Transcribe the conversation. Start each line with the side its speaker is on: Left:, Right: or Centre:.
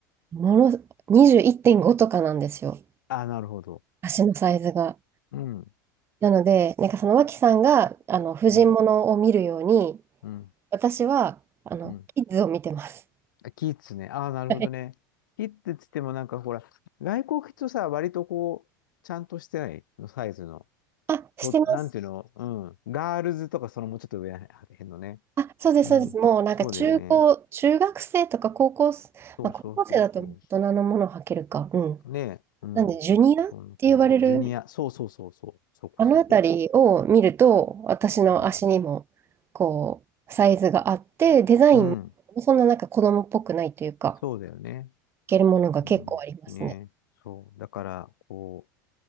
Right: もの、21.5とかなんですよ。
Left: あ、なるほど。
Right: 足のサイズが。
Left: うん。
Right: なので、なんかその脇さんが、あの、婦人物を見るように、
Left: うん。うん。
Right: 私は、あの、
Left: うん。
Right: キッズを見てます。
Left: あキッズね。ああ、なるほどね。
Right: はい
Left: キッズっつってもなんかほら、外国人とさ、割とこう、ちゃんとしてないのサイズの。
Right: あ、
Left: と、
Right: してます。
Left: なんていうの、うん。ガールズとかそのもうちょっと上らへんのね。
Right: あ、そうです、
Left: うん。
Right: そうです。もうなんか中高、
Left: そうだよね。
Right: 中学生とか高校生、
Left: そうそうそうそ
Right: まあ高校生だと大人のものを履けるか。うん。
Left: う。ねえ。うん。
Right: なんで、ジュニアって呼ばれる、
Left: そんな感じ。ジュニア。そうそうそうそう。そこそこ。
Right: あのあたりを見ると、私の足にも、
Left: うん。
Right: こう、サイズがあって、デザインもそんななんか子供っぽくないというか、
Left: うん。そうだよね。
Right: けるものが結構ありますね。
Left: うん。ねえ。そう。だから、こう、